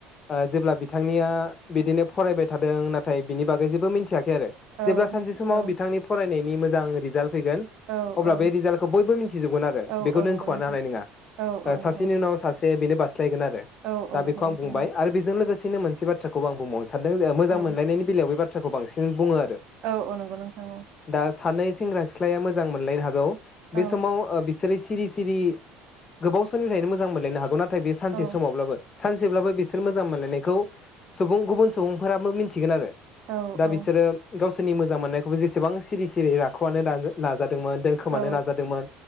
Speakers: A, on the left; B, on the right.
A: ओ जेब्ला बिथांनिया बिदिनो फरायबाय थादों नाथाय बिनि बागै जेबो मिनथियाखै आरो
B: औ
A: जेब्लासि जे समाव
B: औ
A: बिथांनि फराय नायनि मोजां रिजाल्ट फैगोन
B: औ
A: अब्ला
B: औ
A: बे रिजाल्टखौ बयबो मिनथिजोबगोन आरो
B: औ
A: बेखौ
B: औ
A: दोनखुमानो
B: नंगौ नोंथां
A: हानाय नङा
B: औ
A: ओ
B: औ नंगौ
A: सासेनि उनाव सासे ए बेनो बास। थ्रायगोन आरो
B: औ औ
A: दा
B: नंगौ
A: बेखौ
B: नोंथां
A: आं बुंबाय आरो बेजों लोगोसे मोनसे बाथ्राखौ आं बुंबाव सानदों जे मोजां
B: औ
A: मोनलायनायनि बेलायाव बे बाथ बाथ्राखौ बांसिन बुङो आरो
B: औ नंगौ नोंथां औ।
A: दा सानै सेंग्रा-सिख्लाया मोजां मोनलायनो हागौ।
B: औ
A: बे समाव ओ बि सोरो सिरि सिरि गोबाव समनिफ्रायनो मोजां मोनलायनो हागौ ना नाथाय बे सानसे
B: औ
A: समावब्लाबो सानसेब्लाबो बिसोर मोजां मोनलायनायखौ सुबुं गुबुन सुबुंफोराबो मिनथिगोन आरो।
B: औ
A: दा
B: औ
A: बिसोरो गाव सोनि मो मोजां मोननायखौबो जेसेबां सिरि सिरि राख'मानो नांदो नाजादो मोन दोनखोमानो
B: औ
A: नादोंमोन